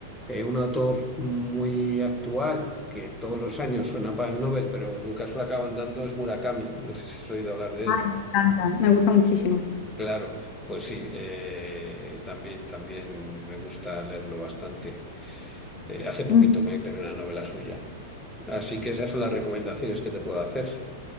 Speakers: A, in the centre; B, on the left (about 40°).
A: eh, un autor muy actual que todos los años suena para el Nobel, pero nunca se lo acaban dando es Murakami. No sé si has oído hablar de
B: Ay,
A: él.
B: me encanta. Me gusta muchísimo.
A: Claro, pues sí, eh, también, también me gusta leerlo bastante. Eh, hace poquito
B: Mm.
A: me terminé una novela suya. Así que esas son las recomendaciones que te puedo hacer.